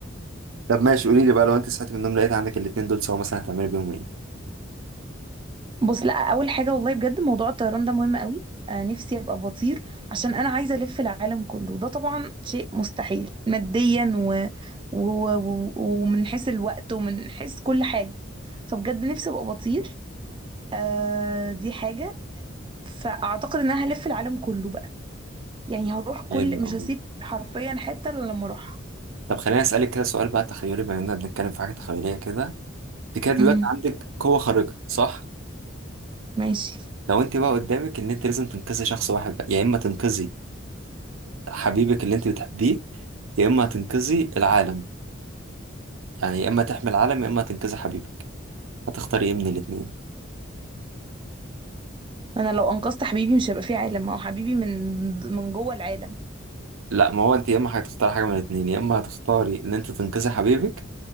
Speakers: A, on the right; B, on the right.
A: طب ماشي قولي لي بقى لو انت صحيتي من النوم لقيت عندك الاتنين دول سوا مثلا هتعملي بيهم ايه
B: بص لا اول حاجه والله بجد موضوع الطيران ده مهم قوي آه نفسي ابقى بطير عشان انا عايزه الف العالم كله ده طبعا شيء مستحيل ماديا و... و... و... ومن حيث الوقت ومن حيث كل حاجه فبجد نفسي ابقى بطير آه دي حاجه فاعتقد ان انا هلف العالم كله يعني هروح كل
A: حلو
B: مش
A: قوي
B: هسيب حرفيا حتة الا لما اروحها
A: طب خليني اسالك كده سؤال بقى تخيلي بما اننا بنتكلم في حاجه تخيليه كده انت كده دلوقتي
B: امم
A: عندك قوه خارقه صح
B: ماشي
A: لو انت بقى قدامك ان انت لازم تنقذي شخص واحد بقى يا اما تنقذي حبيبك اللي انت بتحبيه يا اما تنقذي العالم يعني يا اما تحمي العالم يا اما تنقذي حبيبك هتختاري ايه من الاثنين
B: ما انا لو انقذت حبيبي مش هيبقى فيه عالم ما هو حبيبي من من جوه العالم
A: لا ما هو انت يا اما هتختاري حاجه من الاثنين يا اما هتختاري ان انت تنقذي حبيبك